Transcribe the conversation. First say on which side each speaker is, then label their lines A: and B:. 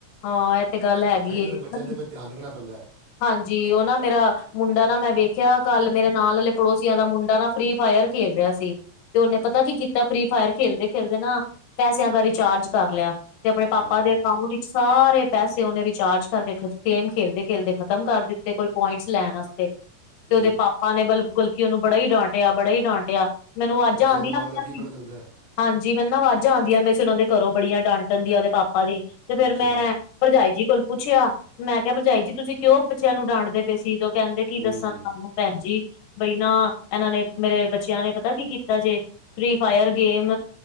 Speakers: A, on the left (about 80°); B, on the right (about 85°).
A: ਹਾਂ ਇਹ ਤੇ ਗੱਲ
B: ਉਹ
A: ਹੈਗੀ
B: ਤਾਂ ਹੀ ਤਾਂ
A: ਏ
B: ਫਿਰ ਬੱਚਿਆਂ 'ਤੇ ਫਿਰ ਧਿਆਨ ਰੱਖਣਾ ਪੈਂਦਾ
A: ਹਾਂਜੀ ਉਹ ਨਾ ਮੇਰਾ ਮੁੰਡਾ ਨਾ ਮੈਂ ਵੇਖਿਆ ਕੱਲ ਮੇਰੇ ਨਾਲ ਵਾਲੇ ਪੜੋਸੀਆਂ ਦਾ ਮੁੰਡਾ ਨਾ ਫਰੀ ਫਾਇਰ ਖੇਲ ਰਿਹਾ ਸੀ ਤੇ ਉਹਨੇ ਪਤਾ ਕੀ ਕੀਤਾ ਫਰੀ ਫਾਇਰ ਖੇਲਦੇ ਖੇਲਦੇ ਨਾ ਪੈਸਿਆਂ ਦਾ ਰਿਚਾਰਜ ਕਰ ਲਿਆ ਤੇ ਆਪਣੇ ਪਾਪਾ
B: ਹਾਂ
A: ਦੇ ਅਕਾਊਂਟ ਵਿਚ ਸਾਰੇ ਪੈਸੇ ਉਹਨੇ ਰਿਚਾਰਜ ਕਰਕੇ ਖਰਚ ਗੇਮ ਖੇਲਦੇ ਖੇਲਦੇ ਖਤਮ ਕਰ ਦਿੱਤੇ ਕੋਈ ਪੁਆਇੰਟਸ ਲੈਣ ਵਾਤੇ ਤੇ
B: ਫਿਰ
A: ਉਹਦੇ ਪਾਪ ਬਲ ਗੁਲਕੀ ਉਹਨੂੰ ਬੜਾ ਹੀ ਡਾਂਟਿਆ ਬੜਾ ਹੀ ਡਾਂਟਿਆ ਮੈਨੂੰ ਅੱਜ
B: ਬੱਚਿਆਂ
A: ਆਉਂਦੀਆਂ
B: ਦੇ ਦਿਮਾਗ
A: ਹੀਆਂ ਪਈਆਂ
B: ਦਾ ਕੀ
A: ਸੀ
B: ਪਤਾ ਲੱਗਦਾ ਹੈ?
A: ਹਾਂਜੀ ਮੈਨੂੰ ਨਾ ਆਵਾਜ਼ਾਂ ਆਉਂਦੀਆਂ ਪਈਆ ਸੀ ਉਹਨਾਂ ਦੇ ਘਰੋਂ ਬੜੀਆਂ ਡਾਂਟਣਦੀ ਆ ਉਹਦੇ ਪਾਪਾ ਦੀ ਤੇ ਫ਼ਿਰ
B: ਅੱਛਾ
A: ਮੈਂ ਭਰਜਾਈ ਜੀ ਕੋਲ ਪੁੱਛਿਆ ਮੈਂ ਕਿਹਾ ਭਰਜਾਈ ਜੀ ਤੁਸੀਂ ਕਿਉਂ ਬੱਚਿਆਂ ਨੂੰ ਡਾਂਡਦੇ ਪਏ ਸੀ ਕਹਿੰਦੇ ਕੀ
B: ਹੂੰ
A: ਦੱਸਾਂ ਤੁਹਾਨੂੰ ਭੈਣ ਜੀ ਬਈ ਨਾ ਇਹਨਾਂ ਨੇ ਮੇਰੇ ਬੱਚਿਆਂ ਨੇ ਪਤਾ ਕੀ ਕੀਤਾ ਜੇ ਫ੍ਰੀ ਫਾਇਰ ਗੇਮ